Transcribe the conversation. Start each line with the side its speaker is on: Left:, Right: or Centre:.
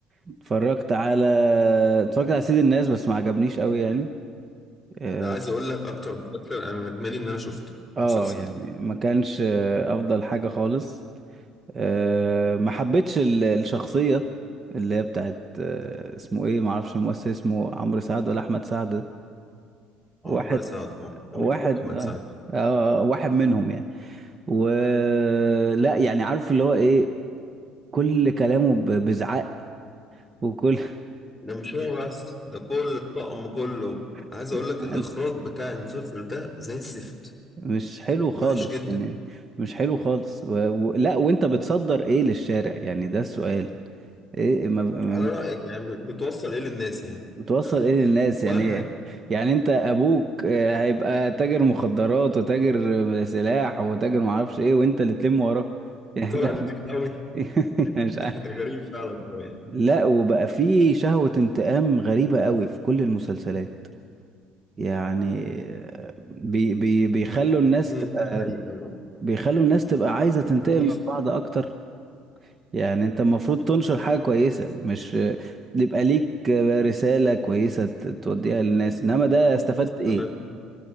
Right: اتفرجت على اتفرجت على سيد الناس بس ما عجبنيش قوي يعني اه
Centre: ده عايز اقول لك اكتر مسلسل انا ندمان ان انا شفته
Right: آه،
Centre: المسلسل
Right: يعني
Centre: ده
Right: ما كانش آه، افضل حاجة خالص أه ما حبيتش ال- الشخصية اللي هي بتاعت أه اسمه ايه ما اعرفش الممثل اسمه عمرو سعد ولا احمد سعد ده.
Centre: عمرو
Right: واحد
Centre: سعد اه وافق
Right: واحد
Centre: محمد
Right: اه
Centre: سعد
Right: آه، آه، واحد منهم يعني ولا يعني عارف اللي هو ايه كل كلامه ب- بزعق وكل
Centre: ده مش هو بس ده كل الطقم كله
Right: <laughs>
Centre: عايز اقول لك الاخراج بتاع المسلسل ده زي الزفت
Right: مش حلو خالص
Centre: وحش جدا
Right: يعني مش حلو خالص و... و... لا وانت بتصدر ايه للشارع يعني ده السؤال ايه ما...
Centre: على رايك يعني بتوصل ايه للناس يعني
Right: بتوصل ايه
Centre: <laughs>
Right: للناس
Centre: ولا
Right: يعني
Centre: حاجه
Right: ايه يعني انت ابوك آه، هيبقى تاجر مخدرات وتاجر آه، سلاح وتاجر معرفش ايه وانت اللي تلم وراه يعني
Centre: طلع
Right: ده
Centre: نضيف قوي
Right: <laughs>
Centre: <laughs>
Right: يعني مش عارف
Centre: يعني غريب فعلا شوية.
Right: لا وبقى في شهوة انتقام غريبة قوي في كل المسلسلات يعني آه، بي بي بيخلوا الناس
Centre: دي
Right: تبقى
Centre: دي حقيقه
Right: بيخلوا الناس تبقى عايزة تنتقم
Centre: عنيف
Right: من بعض اكتر يعني انت المفروض تنشر حاجة كويسة مش آه، يبقى ليك آه، رسالة كويسة ت- توديها للناس انما ده استفدت
Centre: بص
Right: ايه
Centre: انا